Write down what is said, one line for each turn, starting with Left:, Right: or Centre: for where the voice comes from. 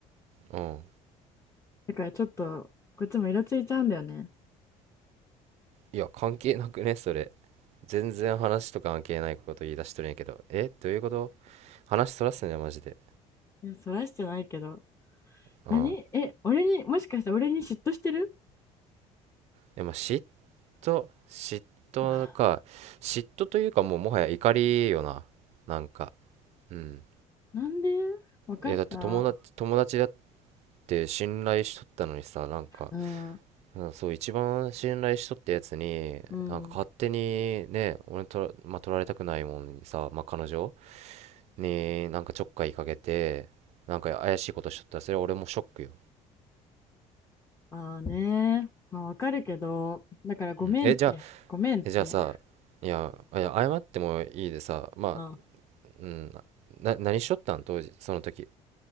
Right: うん
Left: だからちょっと、こっちもイラついちゃうんだよね。
Right: いや関係なくねそれ全然話と関係ないこと言い出しとるんやけどえどういうこと話そらすねマジで
Left: いや、そらしてないけど。
Right: うん
Left: 何え、俺に、もしかして俺に嫉妬してる
Right: でも嫉妬嫉妬か嫉妬というかもうもはや怒りよななんか
Left: あ
Right: うん
Left: <sighs> なんでわかった。
Right: えだって友達友達だって信頼しとったのにさなんか
Left: うん。
Right: うん、そう一番信頼しとったやつになんか勝手にね俺とら、
Left: うん。
Right: まあ、取られたくないもんにさ、まあ、彼女になんかちょっかいかけてなんか怪しいことしとったらそれは俺もショックよ、
Left: ああね。まあ、わかるけど、だからごめんって、
Right: うん、えじゃあ
Left: ごめんって。
Right: えじゃあさいや、いや謝ってもいいでさまあ
Left: あ、
Right: うんな何しとったん当時その時